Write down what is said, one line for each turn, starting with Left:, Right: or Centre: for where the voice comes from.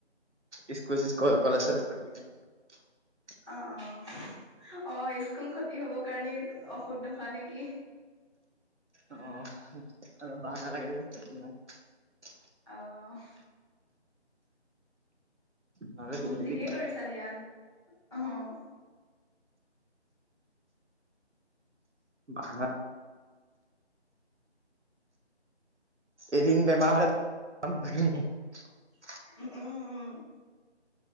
Right: ইস্কো-চিস্কো অকল আছে <unintelligible>
Centre: অহ -অহ অ', স্কুল ক্ষতি হব কাৰণে টো ঔষধ নোখোৱা নেকি? কি
Right: অহ, আৰু বাহ নালাগে যে কেতিয়াবাই।
Centre: অহ
Right: নহ'লে
Centre: উম,
Right: ডেইলি ডেইলি
Centre: ঠিকেই
Right: কলেজ
Centre: কৰিছা দিয়া অহ ।
Right: বাহ এদিন বেমাৰ হলে <unintelligible>
Centre: উম - উম - উম।